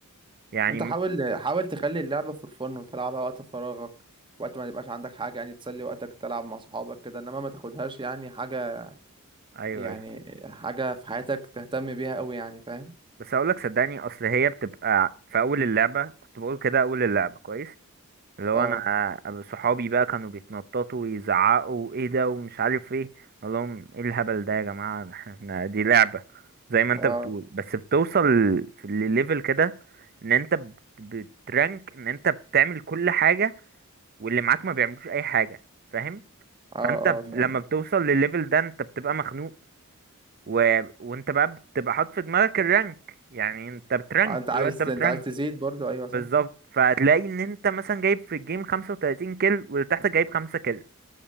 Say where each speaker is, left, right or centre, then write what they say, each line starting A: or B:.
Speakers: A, on the right (about 45°); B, on the right (about 20°).
A: يعني
B: انت
A: م-
B: حاول حاول تخلي اللعبة فور فن وتلعبها وقت فراغك وقت ما يبقاش عندك حاجة يعني تسلي وقتك تلعب مع صحابك كده انما ما تاخدهاش يعني حاجة
A: ايوه
B: يعني
A: ايوه
B: حاجة في حياتك تهتم بيها قوي يعني فاهم
A: بس اقولك صدقني اصل هي بتبقى في اول اللعبة كنت بقول كده اول اللعبة كويس لو
B: اه
A: انا أبقى صحابي بقى كانوا بيتنططوا ويزعقوا ايه ده ومش عارف ايه اقول لهم ايه الهبل ده يا جماعه احنا دي لعبه زي ما انت
B: اه
A: بتقول بس بتوصل في الليفل كده ان انت بت- بترانك ان انت بتعمل كل حاجه واللي معاك ما بيعملوش اي حاجه فاهم
B: اه
A: فانت ب-
B: اه فعلا
A: لما بتوصل للليفل ده انت بتبقى مخنوق و... وانت بقى بتبقى حاطط في دماغك الرانك يعني انت بترانك
B: آه، انت عايز
A: الواد ده بترانك
B: انت عايز تزيد برضو ايوه صح
A: بالظبط فهتلاقي ان انت مثلا جايب في الجيم 35 كيل واللي تحتك جايب 5 كيل